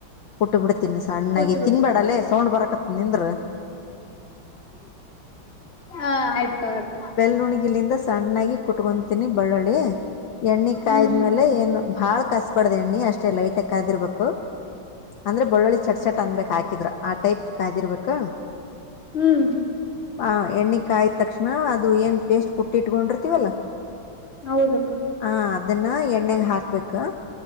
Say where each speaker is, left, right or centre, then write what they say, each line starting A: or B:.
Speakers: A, on the left; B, on the left.
A: ಕುಟ್ಟ ಬಿಡ್ತೀನಿ ಸಣ್ಣಾಗಿ
B: ಕೊಟ್ರು
A: ತಿನ್ಬೇಡಲ್ಲೇ ಸೌಂಡ್ ಬರಕತ್ತ ನಿಂದ್ರ
B: ಹ ಆಯ್ತು ಅಕ್ಕ
A: ಬೆಲನುಗಿಲಿಂದ ಸಣ್ಣಾಗಿ ಕುಟ್ಕೊತೀನಿ ಬಳ್ಳುಳ್ಳಿ ಎಣ್ಣೆ ಕಾಯಿದ್ಮೇಲೆ
B: ಹ್ಮ್
A: ಏನು ಬಾಳ ಕಾಸ ಬಾಡ್ದ ಎಣ್ಣಿ ಅಷ್ಟೇ ಲೈಟ್ ಕಾದಿರ್ಬೇಕು ಅಂದ್ರೆ ಬಳೋಳ್ಳಿ ಚಟ್ ಚಟ್ ಅನ್ಬೇಕು ಹಾಕಿದ್ರ ಆ ಟೈಪ್ ಕಾದಿರ್ಬೇಕು
B: ಹ್ಮ್
A: ಹಾ ಎಣ್ಣಿ ಕಾಯಿದ ತಕ್ಷಣ ಅದು ಏನ್ ಪೇಸ್ಟ್ ಕುಟ್ಟಿ ಇಟ್ಕೊಂಡಿರ್ತೀವಲ್ಲ
B: ಹೌದಕ್ಕ
A: ಹ ಅದನ್ನ ಎಣ್ಣಾಗ ಹಾಕ್ಬೇಕ